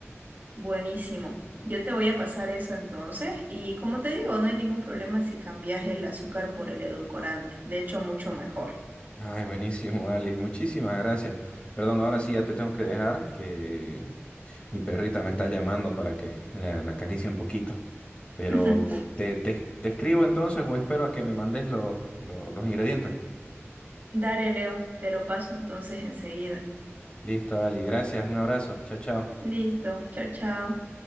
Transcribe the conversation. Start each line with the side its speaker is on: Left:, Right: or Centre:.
Right: Buenísimo. Yo te voy a pasar eso entonces y como te digo, no hay ningún problema si cambias el azúcar por el edulcorante. De hecho, mucho mejor.
Left: Ay, buenísimo, Ali. Muchísimas gracias. Perdón, ahora sí ya te tengo que dejar, que mi perrita me está llamando para que la, la acaricie un poquito. Pero
Right: <laughs>
Left: te, te- te escribo entonces o espero a que me mandes lo- lo- los ingredientes.
Right: Dale, Leo, te lo paso entonces enseguida.
Left: Listo, Ali. Gracias. Un abrazo. Chao, chao.
Right: Listo, chao, chao.